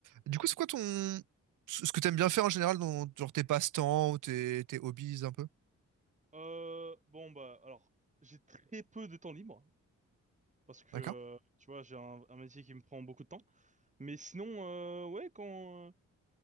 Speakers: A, on the right; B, on the right.
A: Du coup, c'est quoi ton... Ce que t'aimes bien faire en général dans genre tes passe-temps ou tes, tes hobbies un peu?
B: Euh, bon bah alors j'ai très peu de temps libre parce que
A: D'accord?
B: euh, tu vois j'ai un, un métier qui me prend beaucoup de temps. Mais sinon euh, ouais quand euh,